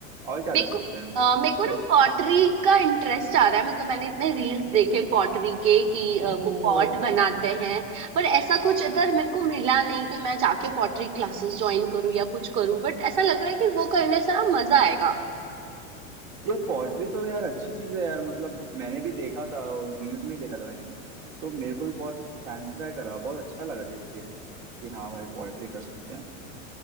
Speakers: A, on the right (about 75°); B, on the right (about 50°).
A: और क्या
B: मेरे
A: कर सकते
B: को
A: हैं
B: अ, मेरे को ना
A: ये,
B: पॉटरी का इंटरेस्ट आ रहा है मतलब मैंने इतने रील्स देखे पॉटरी के कि अ,
A: ओ
B: वो पॉट
A: पॉटरी
B: बनाते हैं पर ऐसा कुछ इधर मेरे को मिला नहीं कि मैं जाके पॉटरी क्लासेस ज्वाइन करूँ या कुछ करूँ बट ऐसा लग रहा है कि वो करने से ना मजा आएगा
A: ये पॉटरी तो यार अच्छी चीज है यार मतलब मैंने भी देखा था रील्स में ही देखा था मैंने भी तो मेरे को भी बहुत फैंसीफाई करा बहुत अच्छा लगा देख के कि हाँ भाई पोएट्री कर सकते हैं